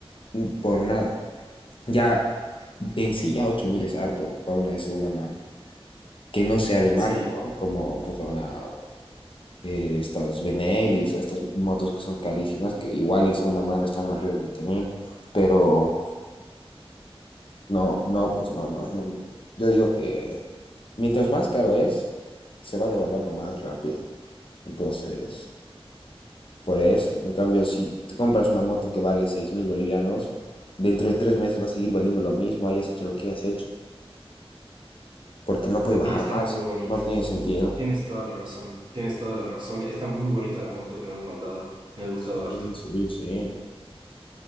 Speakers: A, on the left (about 60°); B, on the right (about 50°).
A: mm, Por nada. Ya en sí ya 8.000 es harto para una de segunda mano, que no sea de marca,
B: Sí,
A: ¿no? Como puta, una, eh, estas Benelis o estas motos que son carísimas, que igual en segunda mano están arriba de veinte mil pero no, no, pues no, no, no. Yo digo que mientras más caro es, se va devaluando más rápido. Entonces, por eso, en cambio, si te compras una moto que vale 6.000 bolivianos, dentro de tres meses va a seguir valiendo lo mismo, hayas hecho lo que hayas hecho. porque no puede bajar
B: oye, está
A: más.
B: muy bonita.
A: No tiene sentido.
B: Tienes toda la razón, tienes toda la razón. Está muy bonita la moto que me has mandado. Me ha gustado
A: Sí,
B: harto.
A: sí, sí.